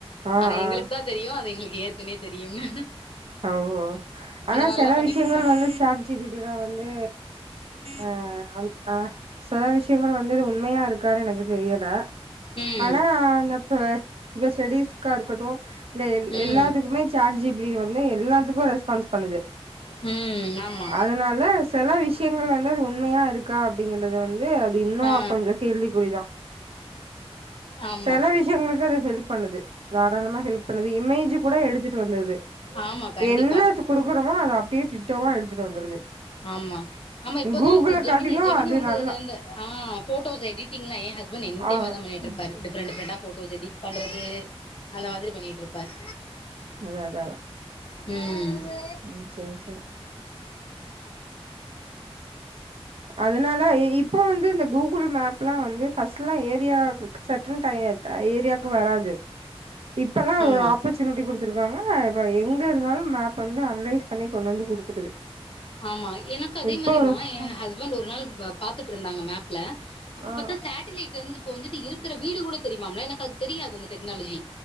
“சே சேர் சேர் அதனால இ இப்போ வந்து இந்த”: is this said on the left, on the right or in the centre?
Right